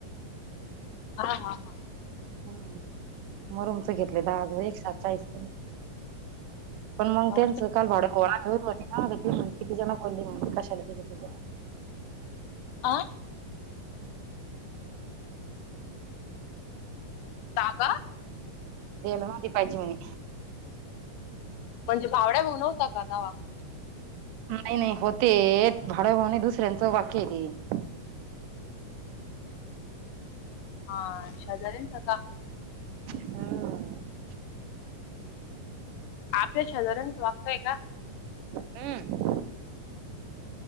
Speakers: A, on the left (about 80°); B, on the right (about 80°).
A: हा, हा, हा
B: ह मग रमच घेतले ता <unintelligible> पण मग
A: हा
B: त्यांच कालड घोळा घेऊन होती त किती जण बोलली म्हण कशाला ति त
A: आ ताजा
B: दे नती पायजी मने
A: म्हणजे भावड्या भाऊ नव्हता का तवा
B: नाही, नाही होते भावड्या भाऊ नाही दुसऱ्यांचं वाक्य आहे ते
A: हा शेजारीयांल त का
B: हम्म
A: आपल्या शेजऱ्यांच वागतोय का
B: हम